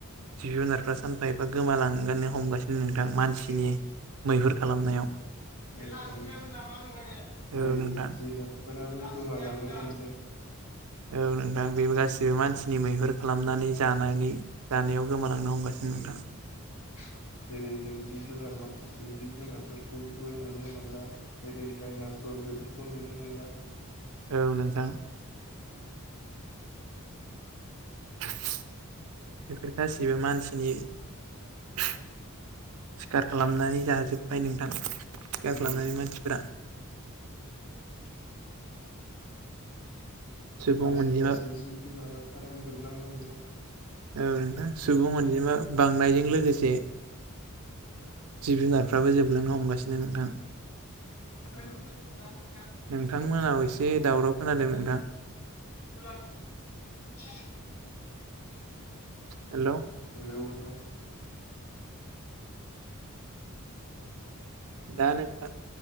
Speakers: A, on the right (about 80°); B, on the left (about 70°).
A: जिब जुनारफ्रा सानफा एफा गोमालांगोननो हमगासिनो नं थां मानसिनि
B: उम
A: मैहुर खालामनायाव
B: <unintelligible>
A: औ नोंथां
B: जेरै फोराबो गोमालांनो हमदों
A: औ नोंथां बेबो गासिबो मानसिनि मैहुर खालामनानै जानानै जानायाव गोमानां लांनो हमगासिनो
B: उम
A: नोंथां
B: <inaudible> जेरै जों जिब जुनार माखासे जिब जुनारफोरखौबो नुनो मोनला जेरै डाइनासर बेफोरखौ नुनो मोनला
A: औ नोंथां बेफोर गासिबो मानसिनि सिखार खालामनानै जाजोब्बाय नोंथां सिखार
B: उम
A: खालामनानै मानसिफोरा
B: <inaudible>
A: सुबुं
B: लासै
A: अनजिमा
B: लासै जिब जुनाराफोरा जोबलांनो हमदों
A: औ नोंथां सुबुं अनजिमा बांनायजों लोगोसे जिब जुनारफ्राबो जोबलांनो हमगासिनो नोंथां
B: <unintelligible> <unintelligible>
A: नोंथांमोनाव एसे दावराव खोनादों नोंथां
B: <inaudible>
A: हेल'
B: हेलौ नोंथां
A: दा नोंथां